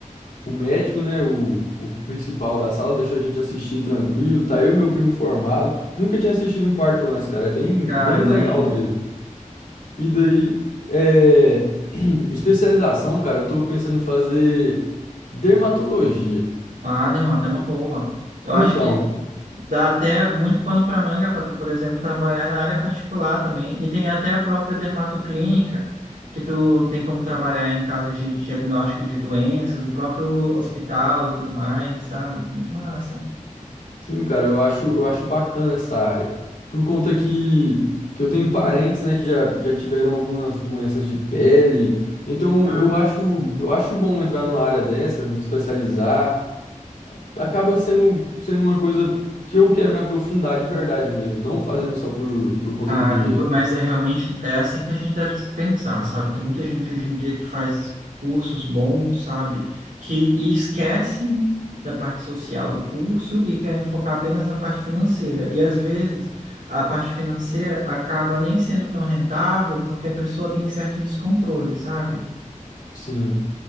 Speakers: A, on the left; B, on the right.
A: O médico, né, o, o principal da sala, deixou a gente assistir tranquilo. Tá eu e meu primo formado. Nunca tinha assistido um parto antes, cara. É bem,
B: Cara,
A: bem
B: imagina.
A: legal mesmo. E daí, é... <clears throat> especialização, cara, eu tô pensando em fazer dermatologia.
B: Ah, Dermata, é uma boa. Eu
A: Então,
B: acho que dá até muito pano para manga para tu, por exemplo, trabalhar na área particular também. E tem até a própria dermatoclínica, que tu tem como trabalhar em casos de diagnóstico de doenças, no próprio hospital e tudo mais, sabe? Muito massa.
A: sim, cara, eu acho, eu acho bacana essa área. Por conta que, que eu tenho parentes, né, que já, já tiveram algumas doenças de pele. Então,
B: Ah,
A: eu acho,
B: sim.
A: eu acho bom entrar numa área dessa, me especializar. acaba sendo, sendo uma coisa que eu quero me aprofundar de verdade mesmo, não fazendo só por, por conta
B: Ah,
A: do dinheiro.
B: mas é realmente é assim que a gente deve pensar, sabe? Tem muita gente hoje em dia que faz cursos bons, sabe? Que e esquecem da parte social do curso e querem focar apenas na parte financeira. E às vezes a parte financeira acaba nem sendo tão rentável porque a pessoa tem certo descontrole, sabe?
A: Sim,